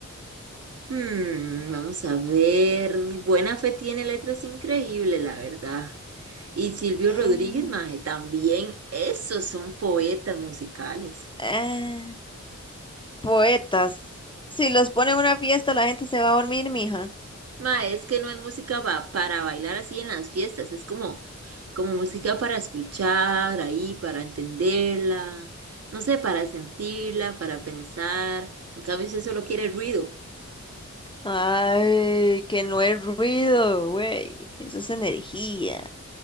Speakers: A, on the right; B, on the left.
A: Hmm, vamos a ver. Buena Fe tiene letras increíbles, la verdad. Y Silvio
B: Mm.
A: Rodríguez, mae, también. Esos son poetas musicales.
B: Ah, poetas. Si los pone en una fiesta, la gente se va a dormir, mija.
A: Mae, es que no es música pa- para bailar así en las fiestas, es como como música para escuchar ahí, para entenderla, no sé, para sentirla, para pensar. En cambio, si usted solo quiere ruido.
B: Ay, que no hay ruido, güey. Eso es energía.